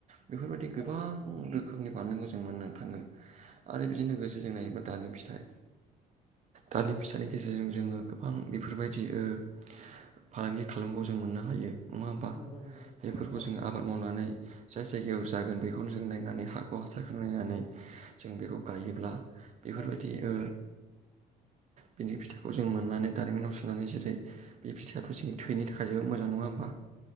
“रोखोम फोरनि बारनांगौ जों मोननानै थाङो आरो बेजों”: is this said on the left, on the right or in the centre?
Right